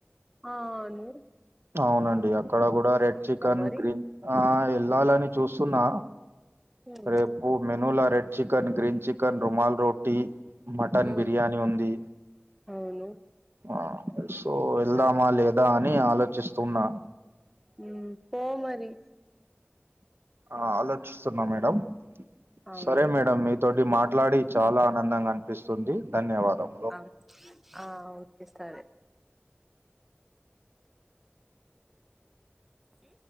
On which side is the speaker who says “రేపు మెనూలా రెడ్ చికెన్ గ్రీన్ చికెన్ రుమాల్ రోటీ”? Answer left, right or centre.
Right